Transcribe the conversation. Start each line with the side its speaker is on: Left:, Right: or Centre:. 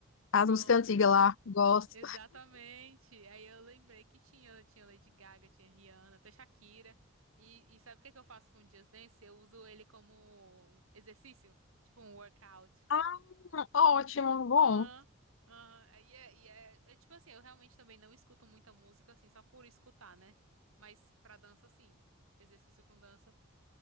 Left: as
Right: <laughs> Pronto.
Left: músicas antigas lá, gosto.
Right: Exatamente. Aí eu lembrei que tinha, tinha Lady Gaga, tinha Rihanna, até Shakira. E, e sabe o que é que eu faço com o Just Dance? Eu uso ele como exercício, tipo um workout.
Left: Ah, ótimo, bom.
Right: Aham. Aham. E, é, e é, é tipo assim, eu realmente também não escuto muita música assim, só por escutar, né? Mas pra dança, sim. Exercício com dança,